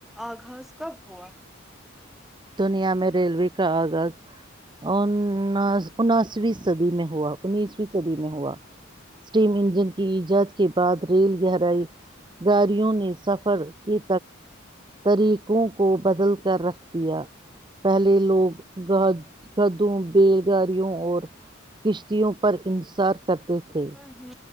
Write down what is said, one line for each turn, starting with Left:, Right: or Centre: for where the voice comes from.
Centre: آغاز کب ہوا
Right: دنیا میں ریلوے کا آغاز ان انسویں صدی میں ہوا انیسویں صدی میں ہوا اسٹیم انجن کی ایجاد کے بعد ریل گہرائی گاڑیوں نے سفر کے طریقوں کو بدل رکھ دیا پہلے لوگ گدوں بیلگااریوں اور کشتیوں پر انصار کرتے تھے
Centre: ہوں